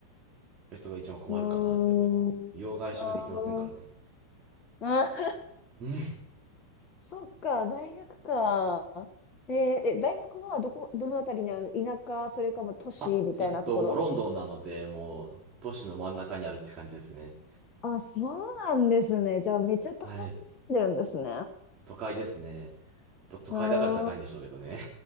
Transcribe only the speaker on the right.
ペソが一番困るかなってところですね。
洋外食できませんからね。
うん。
あ、えっと、もうロンドンなので、もう都市の真ん中にあるって感じですね。
はい。都会ですね。と、都会だから高いんでしょうけどね。